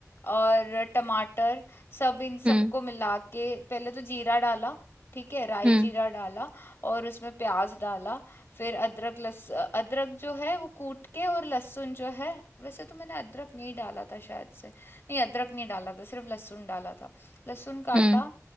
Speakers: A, on the left (about 50°); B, on the right (about 20°).
A: और टमाटर सब इन सबको
B: हम्म
A: मिला के पहले तो जीरा डाला ठीक है राई
B: हम्म
A: जीरा डाला और उसमें प्याज डाला फिर अदरक लस अदरक जो है वो कूट के और लहसुन जो है वैसे तो मैंने अदरक नहीं डाला था शायद से नहीं अदरक नहीं डाला था सिर्फ लहसुन डाला था लहसुन काटा
B: हम्म